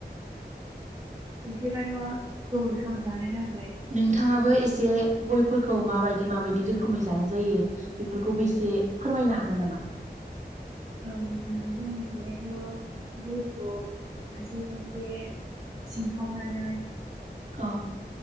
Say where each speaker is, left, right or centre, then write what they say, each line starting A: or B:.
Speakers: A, on the right; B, on the right.
A: बिदिबाथ' गोबाव सम जानो थाख
B: नोंथांङाबो एसे गयफोरखौ माबायदि माबाय दि रोखोमै जानाय जायो बेफोरखौबो इसे फोरमायनो हागोन नामा?
A: औ जोंनिथिजायथ' गयखौ खायसे खायसे सिनखावनानै
B: औ